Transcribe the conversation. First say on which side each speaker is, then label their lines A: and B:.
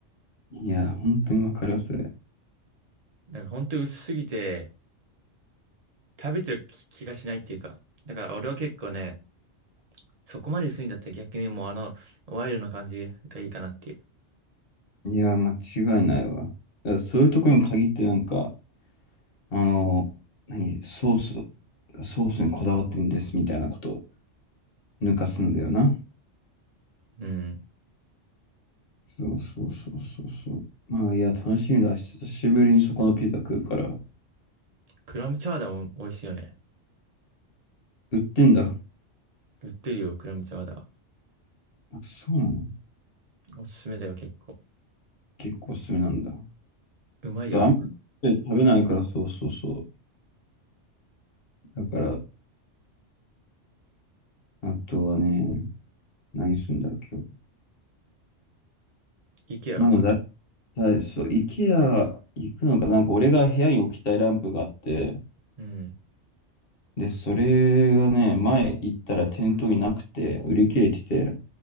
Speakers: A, on the left; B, on the right.
A: いや、本当にわかりやすい。
B: なんから本当に薄すぎて、食べてる気気がしないっていうか。だから俺は結構ね、そこまで薄いんだったら逆にもうあの、ワイルドな感じがいいかなっていう。
A: いや、間違いないわ。だからそういうところに限ってなんか、あの、何、ソース、ソースにこだわってんですみたいなこと抜かすんだよな。
B: うん。
A: そうそうそうそうそう。まあいや、楽しみだ。久しぶりにそこのピザ食うから。
B: クラムチャウダーも美味しいよね。
A: 売ってんだ。
B: 売ってるよ、クラムチャウダ
A: あそうなの
B: ー。おすすめだよ、結構。
A: 結構おすすめなんだ。
B: うまいよ。
A: そう、あんまり食べないから、そうそうそう。だから、あとはね、何するんだろう、今日。
B: イケア。
A: まだだ、だ、そう、IKEA 行くのか、なんか俺が部屋に置きたいランプがあって、
B: うん。
A: で、それがね、前行ったら店頭になくて、売り切れてて、